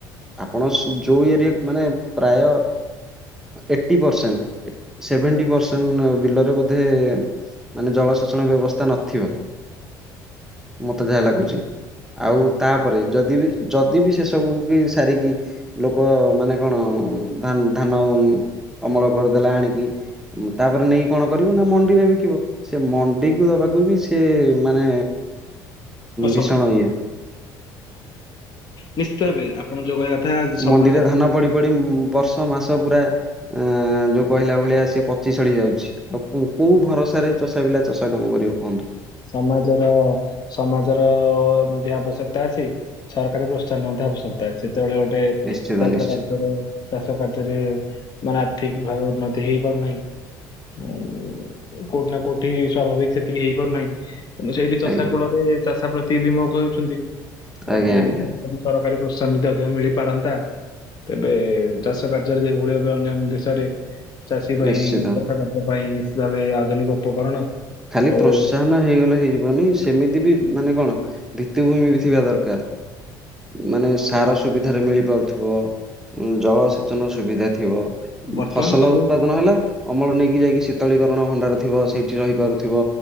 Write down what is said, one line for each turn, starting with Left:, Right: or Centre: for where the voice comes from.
Centre: ଆପଣ ଯୋଉ ଏରିଆ ମାନେ ପ୍ରାୟ ଏ ଏଟି ପର୍ସେଣ୍ଟ, ସେଭେଣ୍ଟି ପର୍ସେଣ୍ଟ ବିଲରେ ବୋଧେ ମାନେ ଜଳସେଚନ ବ୍ୟବସ୍ଥା ନଥିବ। ମୋତେ ଯାହା ଲାଗୁଛି, ଆଉ ତାପରେ ଯଦି ବି ଯଦି ବି ସେସବୁ କି ସାରିକି ଲୋକ ମାନେ କଣ, ଧା ଧାନ ଅମଳ କରିଦେଲା ଆଣିକି। ତାପରେ ନେଇକି କଣ କରିବ, ନା ମଣ୍ଡିରେ ବିକିବ। ସେ ମଣ୍ଡି କୁ ଦବାକୁ ବି ସିଏ ମାନେ
Left: ଅସମ
Centre: ଭୀଷଣ ଇଏ
Left: ନିଶ୍ଚିତ ଭାବେ ଆପଣ ଯୋଉ କହିବା କଥା ସମାଜର
Centre: ମଣ୍ଡିରେ ଧାନ ପଡି ପଡି ବର୍ଷ ମାସ ପୁରା ଅ ଯୋଉ କହିଲା ଭଳିଆ ସେ ପ୍ ଚି ସଢି ଯାଉଛି। ଆଉ କୋ-କୋଉ ଭରସାରେ ଚଷା ପିଲା ଚଷା କାମ କରିବ କୁହନ୍ତୁ?
Left: ସମାଜର ସମାଜର, ମଧ୍ୟ ଆବଶ୍ୟକତା ଅଛି। ସରକାରୀ ପ୍ରୋତ୍ସାହନ ମଧ୍ୟ ଆବଶ୍ୟକତା ଅଛି। ଯେତେବେଳେ ଗୋଟେ
Centre: ନିଶ୍ଚିତ
Left: ଚାଷ
Centre: ନିଶ୍ଚିତ
Left: କାର୍ଯ୍ୟରେ ଚାଷ କାର୍ଯ୍ୟରେ ମାନେ ଆର୍ଥିକ୍ ଭାବେ ଉନ୍ନତି ହେଇ ପାରୁନାହିଁ। ହଁ କୋଉଠି ନା କୋଉଠି ସ୍ୱାଭାବିକ ସେତିକି ହେଇପାରୁନାହିଁ। ସେଇଠି ଚଷା
Centre: ଆଜ୍ଞା
Left: କୂଳରେ ଚାଷ ପ୍ରତି ବିମଖ ହେଉଛନ୍ତି। ତ
Centre: ଆଜ୍ଞା ଆଜ୍ଞା
Left: ତେଣୁ ସରକାରୀ ପ୍ରୋତ୍ସାହନ ମିଳିପାରନ୍ତା। ତେବେ ଚାଷ କାର୍ଯ୍ୟରେ ଯେଭଳି ଭବେ ଅନ୍ୟାନ୍ୟ ଦେଶରେ ଚାଷୀ ପାଇଁ
Centre: ନିଶ୍ଚିତ
Left: ଚାଷ କାର୍ଯ୍ୟ ପାଇଁ ନିଶ୍ଚିତ ଭାବେ ଆଧୁନିକ ଉପକରଣ
Centre: ଖାଲି
Left: ଆଉ
Centre: ପ୍ରୋତ୍ସାହନ ହେଇଗଲେ ହେଇଯିବନି, ସେମିତି ବି ମାନେ କଣ ଭିତ୍ତିଭୂମି ବି ଥିବା ଦରକାର। ମାନେ ସାର ସୁବିଧାରେ ମିଳିପାରୁଥିବ। ଜଳ ସେ ଚନ ସୁବିଧା ଥିବ।
Left: ବର୍ତ୍ତମାନ
Centre: ଫସଲ
Left: ସବୁ
Centre: ଉତ୍ପାଦନ ହେଲା ଅମଳ ନେଇକି ଯାଇକି ତଳୀକରଣ ଭଣ୍ଡାର ଥିବ, ସେଠି ରହିପାରୁ ଥିବ